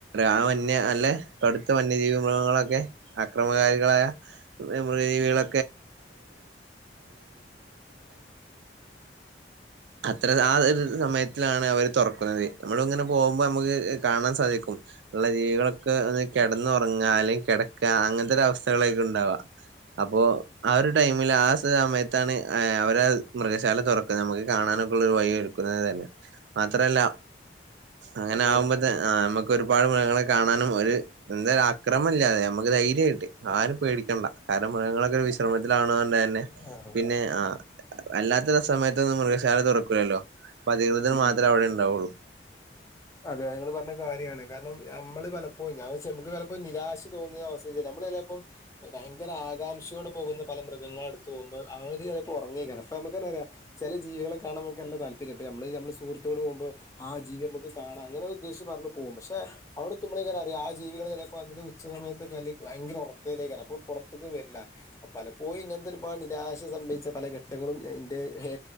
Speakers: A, on the right; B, on the left.
A: ആ വന്യ അല്ല കടുത്ത വന്യജീവി മൃഗങ്ങളൊക്കെ അക്രമകാരികളായ മൃഗ ജീവിക അത്ര ആ ഒരു സമയത്തിലാണ് അവര് തുറക്കുന്നത് നമ്മൾ ഇങ്ങനെ പോകുമ്പോ നമുക്ക് കാണാൻ സാധിക്കും ഉള്ള ജീവികളൊക്കെ കിടന്നുറങ്ങ അല്ലെങ്കിൽ കിടക്ക അങ്ങനത്തെ ഒരു അവസ്ഥകളൊക്കെ ഉണ്ടാവുക അപ്പോ ആ ഒരു ടൈമില് ആ സമയത്താണ് അവര് മൃഗശാല തുറക്കുന്നത് നമുക്ക് കാണാ വഴി കിടക്കുന്നത് തന്നെ മാത്രല്ല അങ്ങനെ
B: അതെ
A: ആകുമ്പോതേന് നമുക്ക് ഒരുപാട് മൃഗങ്ങളെ കാണാനും ഒരു എന്തും അക്രമല്ല അതെ നമുക്ക് ധൈര്യമായിട്ട് ആരും പേടിക്കണ്ട കാരണം മൃഗങ്ങളൊക്കെ ഒരു വിശ്രമത്തിലാണതൊണ്ട് തന്നെ
B: ആഹ്
A: പിന്നെ ആ അല്ലാത്ത സമയത്ത് ഒന്നും മൃഗശാല തുറക്കൂല്ലല്ലോ അപ്പൊ അധികൃതർ
B: ഉം
A: മാത്രമേ അവിടെ ഉണ്ടാവുള്ളൂ
B: അതെ ഇങ്ങള് പറഞ്ഞെ കാരണം നമ്മള് പലപ്പോ ഞാൻമുക്ക് പലപ്പോ നിരാശ തോന്നുന്ന അവസ്ഥ നമ്മ ചെലേപ്പം ഭയങ്കര ആകാംക്ഷയോടെ പോകുന്ന പല മൃഗങ്ങളടുത്ത് പോകുമ്പോ അവര് ചെലപ്പോ ഉറങ്ങേക്കാരം അപ്പോ നമ നമകന്നറിയ ചില ജീവികളെ കാണാ നമുക്കല്ല താല്പര്യണ്ട് നമ്മള് നമ്മള് സുഹൃത്തുക്കള് പോകുമ്പോ ആ ജീവി നമുക്ക് കാണാം അങ്ങനെ ഉദ്ദേശച്ച് പറഞ്ഞു പോവും പക്ഷെ അവിടെത്തുമളെങ്ങനെ അറിയ ആ ജീവികൾ ചിലപ്പോ അതിന്റെ ഉച്ച സമ സമയതേക്കാല് ഭയങ്കര ഉറക്ക്തന്നേക്കാരും. അപ്പൊ പുറത്ത്ക്കും വരില്ല, അപ് പലപ്പോഴും ഇങ്ങനത്തെ ഒരുപാട് രാശസംഭി ച്ച പല ഘട്ടങ്ങളും എന്റെ ഏ